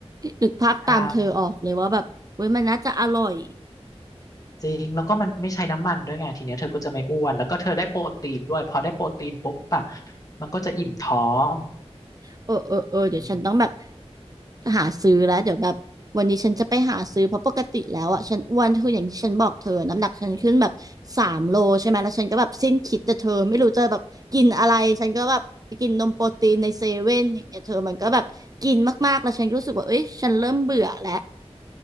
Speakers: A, on the right; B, on the left.
A: นึกภาพตามเธอออกเลยว่าแบบเว้ยมันน่าจะอร่อย
B: ใช่จริงแล้วก็มันไม่ใช้น้ำมันด้วยไงทีเนี้ยเธอก็จะไม่อ้วนแล้วก็เธอได้โปรตีนด้วยพอได้โปรตีนปุ๊บอะมันก็จะอิ่มท้อง
A: เออเออเออเดี๋ยวฉันต้องแบบ
B: อืม
A: หาซื้อแล้วเดี๋ยวแบบวันนี้ฉันจะไปหาซื้อเพราะปกติแล้วอ่ะฉันอ้วนคืออย่างที่ฉันบอกเธอน้ำหนักฉันขึ้นแบบสามโลใช่ไหมแล้วฉันก็แบบสิ้นคิดแต่เธอไม่รู้จะแบบกินอะไรฉันก็แบบไปกินนมโปรตีนในเซเว่นอย่างเงี้ยเธอมันก็แบบกินมากๆแล้วฉันก็รู้สึกว่าเอ้ยฉันเริ่มเบื่อแล้ว
B: จริง